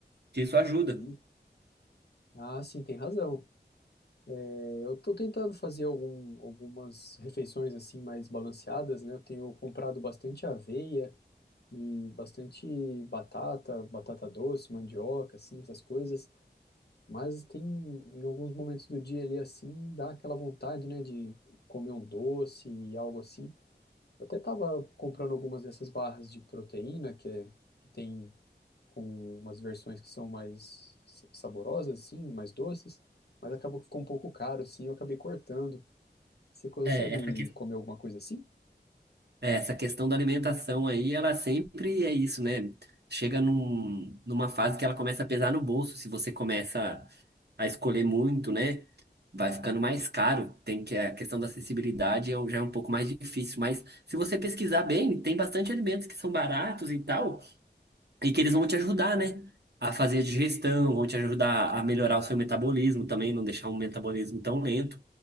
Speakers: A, on the right; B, on the left.
A: Que Isso ajuda.
B: Entendi. Ah, sim, tem razão. É, Eu estou tentando fazer algum- algumas refeições assim mais balanceadas, né? Eu tenho comprado bastante aveia e bastante batata, batata doce, mandioca, assim, essas coisas. Mas tem, em alguns momentos do dia ali assim, dá aquela vontade, né, de comer um doce e algo assim. Eu até tava comprando algumas dessas barras de proteína que, é, que tem com umas versões que são mais sa- saborosas, assim, mais doces, mas acabou que ficou um pouco caro, assim, eu acabei cortando. Você consegue
A: É, essa, que-
B: comer alguma coisa assim?
A: é, essa questão da alimentação aí, ela sempre é isso, né? Chega num, numa fase que ela começa a pesar no bolso. Se você começa a escolher muito, né? Vai ficando mais caro. Tem que a questão da acessibilidade é um- já é um pouco mais difícil. Mas se você pesquisar bem, tem bastante alimentos que são baratos e tal, e que eles vão te ajudar, né? A fazer a digestão, vão te ajudar a melhorar o seu metabolismo também, não deixar um metabolismo tão lento.